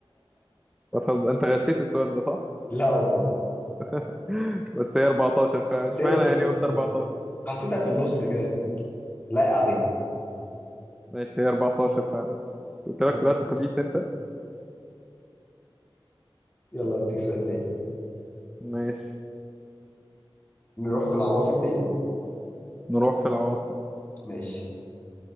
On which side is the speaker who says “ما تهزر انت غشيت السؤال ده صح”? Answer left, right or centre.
Centre